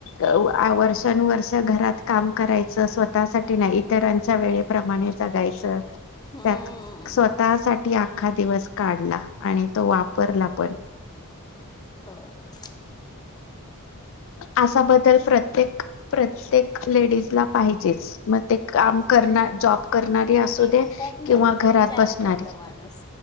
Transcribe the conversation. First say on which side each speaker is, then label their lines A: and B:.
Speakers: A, on the left (about 60°); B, on the left (about 20°).
A: अ व आ वर्षानुवर्ष घरात काम करायचं स्व तासाठी ना इतरांच्या वेळेप्रमाणे जगायचं त्यात
B: हम्म,
A: स्वतः साठी आखात दिवस काढला आणि तो वापरला पण!
B: हो
A: असा बद्दल प्रतेक प्रत्येक लेडीज ला पाहिजेच मग ते
B: पाहिजे
A: काम करण जॉब करणारी असुदे
B: ते म्हणतात ना
A: किंवा
B: रिचार्ज
A: घरात बसणारी
B: होतं माणूस